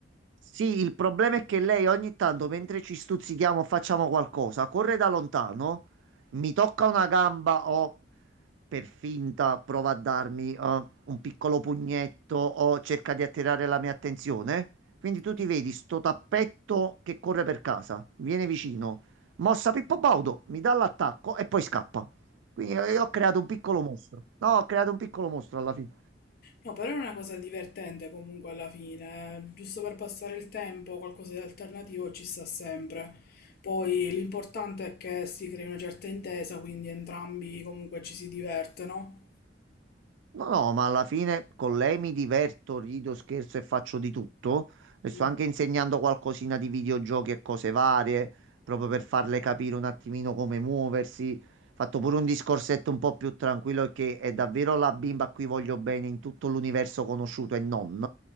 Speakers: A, on the right; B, on the left.
A: Sì, il problema è che lei ogni tanto, mentre ci stuzzichiamo, facciamo qualcosa, corre da lontano, mi tocca una gamba o per finta prova a darmi eh, un piccolo pugnetto o cerca di attirare la mia attenzione. Quindi tu ti
B: Sì.
A: vedi sto tappetto che corre per casa, viene vicino, mossa Pippo Baudo, mi dà l'attacco e poi scappa. Quindi eh, io ho creato un piccolo mostro. No, ho creato un piccolo mostro alla fine.
B: No, però è una cosa divertente comunque alla fine, eh. giusto per passare il tempo, qualcosa di alternativo ci sta sempre. Poi l'importante è che si crei una certa intesa, quindi entrambi comunque ci si diverte, no?
A: No, no, ma alla fine con lei mi diverto, rido, scherzo e faccio di tutto. Le sto
B: Mm.
A: anche insegnando qualcosina di videogiochi e cose varie, proprio per farle capire un attimino come muoversi. Fatto pure un discorsetto un po' più tranquillo perché è davvero la bimba a cui voglio bene in tutto l'universo conosciuto e non.